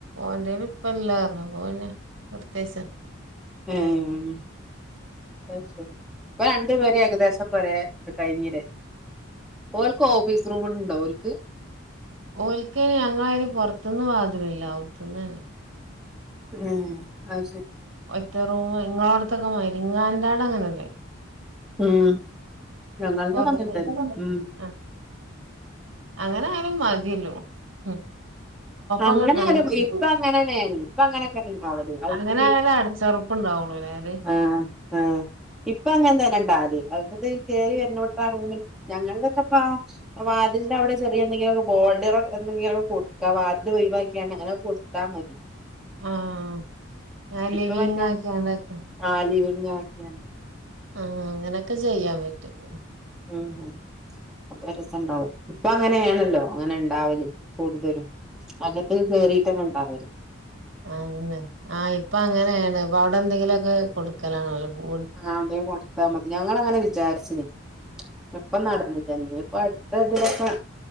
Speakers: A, on the right; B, in the centre.
A: ഓന്റെ കൈയിൽ ഇപ്പ ഇല്ലാ പറഞ്ഞ് ഓന് നിർത്തിവെച്ച
B: ഉം അത് ശരി ഇപ്പ രണ്ട്‌ പേര് ഏകദേശം ഒക്കെ ഒരേ കഴിഞ്ഞില്ലേ ഓൽക്ക് ഓഫീസ് റൂമ് ഉണ്ടോ ഓൽക്ക്
A: ഓൽക്ക്‌ <unintelligible> പുറത്തൂന്ന് വാതിലില്ല അകത്തൂന്ന്
B: ഉം അത് ശെരി
A: ഒറ്റ റൂമ് ഇങ്ങടെ അടുത്തൊക്കെ <unintelligible> അങ്ങനെയല്ലേ
B: ഉം ഞങ്ങളുടേത്
A: പൊറത്ത്
B: അങ്ങനെ തന്നെ ഉം
A: ആഹ് അങ്ങനെ ആയാലും മതിയല്ലോ ഉം
B: അങ്ങനെ
A: <unintelligible>
B: ആയാലും ഇപ്പ അങ്ങനെന്നെയാണ് ഇപ്പ അങ്ങനെയൊക്കെ ഉണ്ടാവല് അവത്തക്ക്
A: അങ്ങനെ ആണേലെ അടിച്ചൊറ പ്പ് ഉണ്ടാവൂള്ളല്ലേ അത്
B: ആഹ് ആഹ് ഇപ്പൊ അങ്ങനെ തന്നെ ഇണ്ടോ <unintelligible> കേറി വരുന്നിടത്ത് ആ റൂമില് ഞങ്ങൾതൊക്കെ ഇപ്പ വാതിലിന്റെ അവിടെ ചെറിയ എന്തെങ്കിലുമൊക്കെ ബോർഡർ എന്തെങ്കിലൊക്കെ കൊടുക്കാ വാതി ല് ഒഴിവാക്കിങ്ങാണ്ട് അങ്ങനെ അങ്ങ് കൊടുത്താൽ മതി
A: ആഹ് ഞാൻ
B: ഇപ്പ
A: ലിവിങ്
B: മറ്റേ
A: ആക്കിയാണ്ടൊക്കെ
B: <unintelligible> ആക്കിയാണ്ട്
A: ആഹ് അങ്ങനെയൊക്കെ ചെയ്യാൻ പറ്റും
B: ഉം അപ്പൊ രസം ഉണ്ടാവും ഇപ്പ അങ്ങനെയാണല്ലോ അങ്ങനെ ഉണ്ടാവല് കൂടുതലും അകത്ത് കേറീട്ടാണ് ഉണ്ടാവല്
A: ആണല്ലേ ആഹ് ഇപ്പൊ അങ്ങനെയാണ് ഇപ്പ അവിടെ എന്തെങ്കിലുമൊക്കെ കൊടു ക്കലാണല്ലോ കൂ
B: ആഹ് അത് കൊടുത്താ മതി ഞങ്ങളങ്ങനെ വിചാരിച്ചിന് അപ്പം നടന്നില്ല ഇനിയും ഒറ്റ ദിവസം